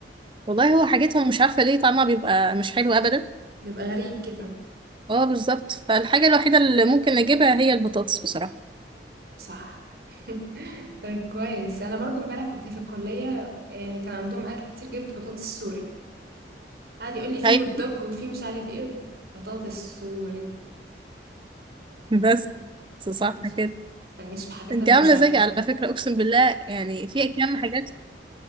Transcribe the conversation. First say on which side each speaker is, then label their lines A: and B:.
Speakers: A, on the right; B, on the right.
A: والله هو حاجتهم مش عارفه ليه طعمها بيبقى مش حلو ابدا
B: بيبقى غريب كده
A: اه بالظبط فالحاجة الوحيدة اللي ممكن اجيبها هي البطاطس بصراحة
B: صح <laughs> طيب كويس انا برضو امبارح كنت في الكليه يعني كان عندهم اكل كتير جبت بطاطس سوري قعد يقول لي فيه
A: ايوه
B: هوت دوج وفيه مش عارف ايه بطاطس سوري
A: بس صح
B: ما تخلينيش
A: كده
B: ما تخلينيش في حاجات
A: انت
B: انا
A: عاملة
B: مش عارفاها
A: زيك على فكرة اقسم بالله يعني في كم حاجات